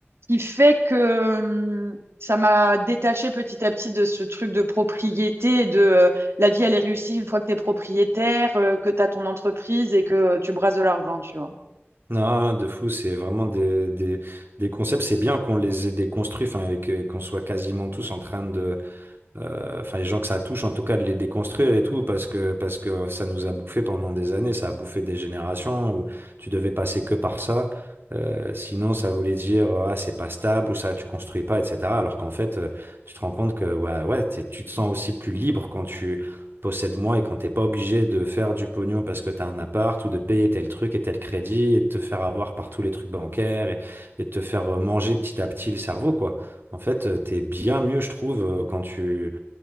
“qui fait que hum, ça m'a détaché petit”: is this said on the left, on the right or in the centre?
Right